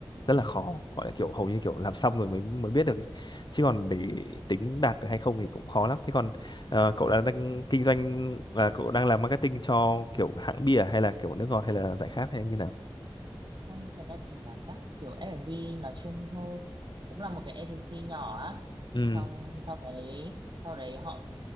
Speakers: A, on the left; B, on the right.
A: rất là khó gọi là kiểu hầu như kiểu làm xong rồi mới mới biết được ý. chứ còn để tính đạt được hay không thì cũng khó lắm thế còn ờ, cậu đang, đang
B: ừ.
A: kinh doanh là cậu đang làm marketing cho kiểu hãng bia hay là kiểu nước ngọt hay là giải khát hay như nào
B: không thật ra chỉ là các kiểu F&B nói chung thôi cũng là một cái agency nhỏ á
A: ừ
B: xong sau đấy sau đấy họ